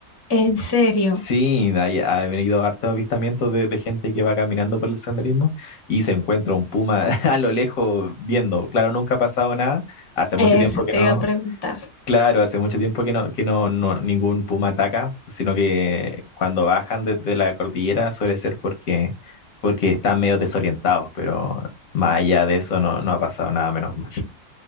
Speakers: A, on the left; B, on the left.
A: En serio,
B: Sí, hay, ha venido hartos avistamientos de, de gente que va caminando por el senderismo y se encuentra un puma <laughs> a lo lejos viendo. Claro, nunca ha pasado nada. Hace mucho
A: eso
B: tiempo que
A: te
B: no,
A: iba a preguntar.
B: Claro, hace mucho tiempo que no, que no, no- ningún puma ataca, sino que cuando bajan desde la cordillera suele ser porque, porque están medio desorientados, pero más allá de eso no, no ha pasado nada, menos mal. <laughs>